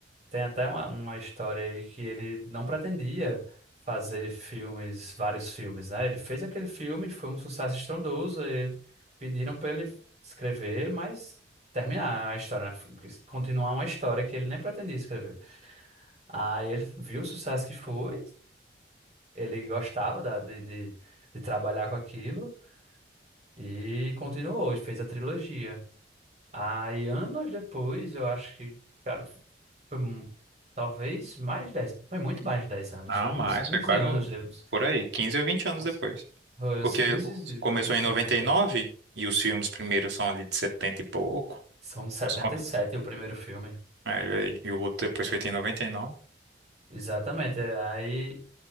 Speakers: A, on the right; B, on the right.
A: Tem até uma, uma história aí que ele não pretendia fazer filmes, vários filmes, né? Ele fez aquele filme, foi um sucesso estrondoso, e ele, pediram para ele escrever, mas terminar a história, né? F- Continuar uma história que ele nem pretendia escrever. Aí ele viu o sucesso que foi, ele gostava da- de, de, de trabalhar com aquilo e continuou, e fez a trilogia. Aí, anos depois, eu acho que, cara, foi mu- talvez mais de 10, foi muito mais de 10 anos,
B: Não,
A: foi uns
B: mais,
A: 15
B: foi quase
A: anos
B: um-
A: depois.
B: por aí, Quinze ou 20 anos
A: Uns-
B: depois.
A: Foi
B: Porque
A: uns 15,
B: o-
A: e 20
B: começou em noventa
A: anos depois.
B: e nove e os filmes primeiros são ali de 70 e pouco.
A: São de 77
B: Os conta.
A: o primeiro filme.
B: É, olha E o outro depois feito em noventa e nove
A: Exatamente. é, Aí